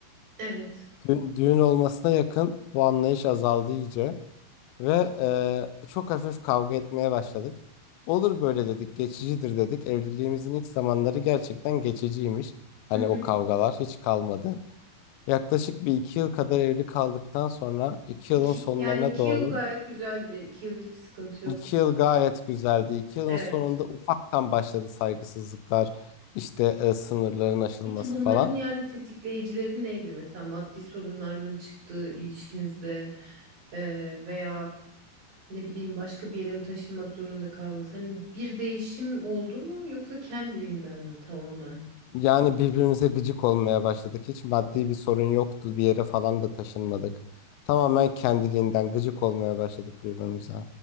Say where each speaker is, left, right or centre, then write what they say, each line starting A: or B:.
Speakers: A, on the right (about 45°); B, on the left (about 85°).
A: Evet.
B: Düğün, düğün olmasına yakın bu anlayış azaldı iyice. Ve e, çok hafif kavga etmeye başladık. Olur böyle dedik, geçicidir dedik. Evliliğimizin ilk zamanları gerçekten geçiciymiş. Hani
A: Hı hı.
B: o kavgalar hiç kalmadı. Yaklaşık bir iki yıl kadar evli kaldıktan sonra iki
A: İki,
B: yılın sonlarına
A: yani iki
B: doğru
A: yıl gayet güzeldi. İki yıl hiçbir sıkıntı yoktu.
B: iki yıl gayet güzeldi. İki yılın
A: Evet.
B: sonunda ufaktan başladı saygısızlıklar, işte e, sınırların aşılması
A: Peki bunların
B: falan.
A: yani tetikleyicileri neydi? Mesela maddi sorunlar mı çıktı ilişkinizde Ee, veya ne bileyim başka bir yere mi taşınmak zorunda kaldınız? Hani bir değişim oldu mu yoksa kendiliğinden mi tamamen?
B: Yani birbirimize gıcık olmaya başladık. Hiç maddi bir sorun yoktu. Bir yere falan da taşınmadık. Tamamen kendiliğinden gıcık olmaya başladık birbirimize.